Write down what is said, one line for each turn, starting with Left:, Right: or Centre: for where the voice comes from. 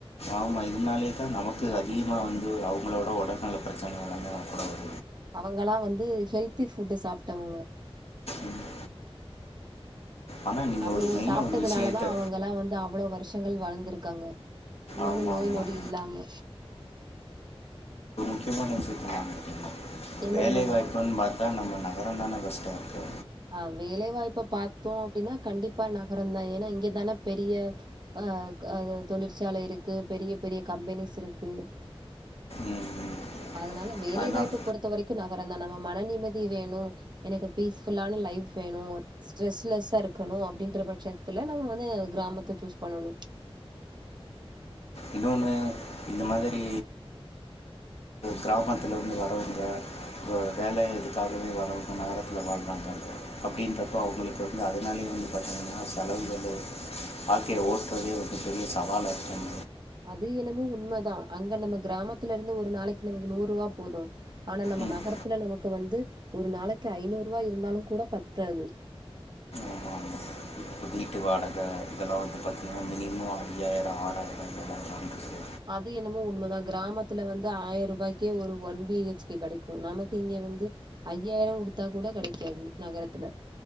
Left: ஆமா இதனாலே தா நமக்கு அதிகமா வந்து அவுங்களோட உடல்நல பிரச்சனை எல்லாமே வர கூடாது
Right: அவுங்களா வந்து ஹெல்தி ஃபுட்ட சாப்டவங்க
Left: ம் ஆனால் நீங்கள்
Right: அவ்ளோ
Left: ஒரு மெயினாக
Right: சாப்டதுனால
Left: ஒரு விஷயத்த
Right: தா அவங்கெல்லாம் வந்து அவ்ளோ வருஷ் சங்கள் வாழ்ந்திருக்காங்க இன்னென்னு
Left: ஆமாம்
Right: நோய்
Left: ஆமாம்
Right: நொடி இல்லாம
Left: முக்கியமான் விஷயத்த மறந்துடீங்க
Right: என்னது
Left: வேலை
Right: மறந்துட்ட
Left: வாய்ப்புன்னு பாத்தா நம்ம நா வரண்டானா பஸ்ட்ட இருக்கு
Right: ஆ வேலைவாய்ப்ப பாத்தோ அப்டினா கண்டிப்பா நகரம் தா ஏனா இங்கதான பெரிய அ அது தொழிற்சாலை இருக்கு பெரிய பெரிய கம்பெனிஸ் இருக்கு
Left: ம் ம்
Right: அதனால வேலை
Left: அதனால்
Right: வாய்ப்ப பொறுத்த வரைக்கும் நக இப்ப அந்த நம்ம மன நிம்மதி வேணும் எனக்கு பீஸ் தில்லான. லைப் வேணும் ஸ்ட்ரெஸ்லெஸ்ஸா இருக்கணும் அப்படின்ற பட்சத்துல நம்ம வந்து கிராமத்த சூஸ் பண்ணணும்
Left: இன்னொன்னு இந்த மாதிரி கிராமத்தில இருந்து வரவுங்க வேலை எதுக்காகவே வரவுங்க நகரத்தில் வாழ்ராங்க அப்படின்றப்போ அவுங்களுக்கு வந்து அதனாலயும் வந்து பார்த்திங்கன்னா செலவுகள் வாழ்க்கையை ஓட்றதே வந்து பெரிய சவாலா இருக்கும்
Right: அது என்னமோ உண்மைதான் அங்க நம்ம கிராமத்துல இருந்து ஒரு நாளைக்கு நமக்கு நூறுவா போதும் ஆனா நம்ம
Left: ம்
Right: நகரத்துல நமக்கு வந்து ஒரு நாளைக்கு ஐநூறுவா இருந்தாலும் கூட பத்தாது
Left: ஆமாம் ஆமாம் இப்போ வீட்டு வாடகை இதெல்லாம் வந்து பார்த்தீங்கன்னா மினிமம் ஐயாயிரம் ஆறாயிரம் இந்த மாதிரி தான் வந்துச்சு
Right: அது என்னமோ உண்மைதான் கிராமத்துல வந்து ஆயிரம் ரூபாய்க்கே ஒரு ஒன் பி ஹச் கே கெடைக்கும் நமக்கு இங்க வந்து ஐயாயிரம் குடுத்தா கூட கெடைக்காது நகரத்துல